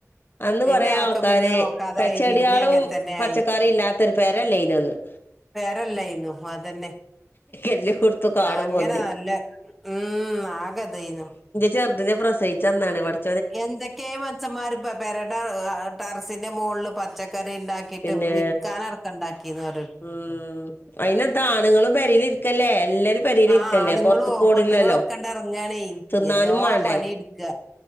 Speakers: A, on the left (about 40°); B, in the centre.
A: അന്ന്
B: പിന്നെ
A: കൊറേ
B: ആക്ക്
A: ആൾക്കാര്
B: പിന്നെ നോക്കാതായി
A: ച്ചെടികളും
B: പിന്നെ അങ്ങനെ തന്നെ
A: പച്ചക്കറി
B: ആയി
A: ഇല്ലാത്തരു പേരല്ലേ അയ്നൊന്നും
B: പെരല്ലായിന്നു അതന്നെ
A: എല്ലോട്ത്തും കാടും
B: അങ്ങനെ
A: പൊന്തി
B: നല്ല ഉം ആകെതയ്നു
A: ചെർതിനെ പ്രസയിച്ച അന്നാണ് വട്
B: എന്തൊക്കെ മനസ്ന്മാര്പ്പ പെരടെ ഏഹ് ടറസിന്റെ മോളില് പച്ചക്കറി ഉണ്ടാ കിട്ട്
A: പിന്നെ
B: വിൽക്കാനടക്ക ഉണ്ടാക്കിന്ന് ഓര
A: ഉം അയ്നെന്താ ആണുങ്ങളും പെരയ്ലിരിക്കല്ലേ എല്ലാരും പെരേലിരിക്കല്ലേ
B: ആഹ് ആണ്ങ്ങളോ
A: പൊറത്ത്ക്ക് ഓടില്ലല്ലോ
B: പെണ്ണുങ്ങള ഒക്കെണ്ട ഇറങ്ങണേ
A: തിന്നാനും
B: എല്ലോ
A: മാണ്ടേ
B: പണി എടുക്കുക